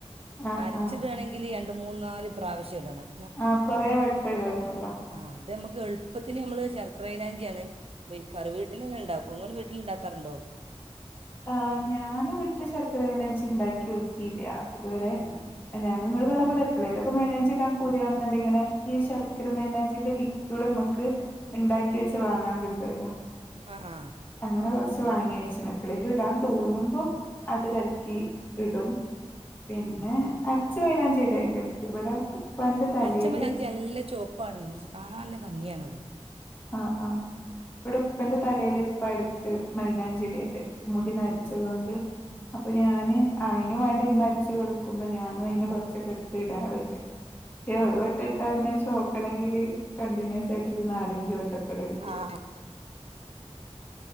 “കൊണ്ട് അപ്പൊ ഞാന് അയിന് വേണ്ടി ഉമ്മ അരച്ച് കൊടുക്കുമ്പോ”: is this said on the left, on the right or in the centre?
Left